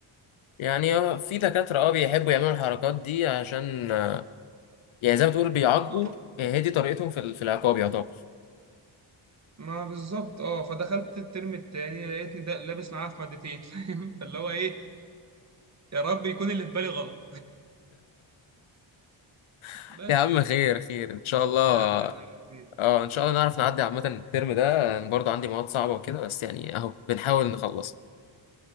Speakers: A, on the left; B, on the right.
A: يعني هو في دكاترة اه بيحبوا يعملوا الحركات دي عشان آه، يعني زي ما تقول بيعاقبوا
B: اه
A: هي دي طريقتهم في ال- في العقاب يعتبر
B: ما بالظبط اه فدخلت الترم التاني لقيتني ده لابس معاها في مادتين <laughs> فاهم فاللي هو ايه يا رب يكون اللي في بالي غلط
A: <laughs>
B: بس
A: يا عم خير خير ان شاء الله
B: ربنا عدنا من على خير
A: اه ان شاء الله نعرف نعدي عامة الترم ده أنا برضه عندي مواد صعبة وكده بس يعني اهو بنحاول نخلص